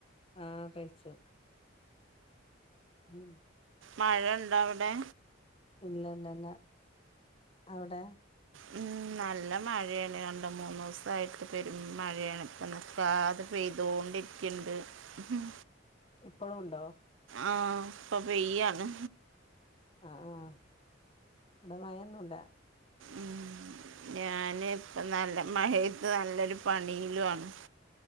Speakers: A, on the left (about 30°); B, on the right (about 75°).
A: ആ കഴിച്ചു ഉം
B: മഴണ്ടോ അവിടെ
A: ഇല്ല ഇല്ല ഇല്ല അവ്ടെ
B: മം നല്ല മഴയാണ് കണ്ട മൂന്നൂസായിട്ട് പെരും മഴയാണ് ഇപ്പം നിക്കാതെ പെയ്തോണ്ടിരിക്ണ്ട് ഉം
A: പ്പളും ണ്ടോ?
B: ആഹ് ഇപ്പ പെയ്യാണ്
A: ആഹ് ആഹ് ഇവിടെ മയൊന്നുല്ല
B: ഉം ഞാന് ഇപ്പ നല്ല മഴയത്ത് നല്ലൊരു പണിയിലു ആണ്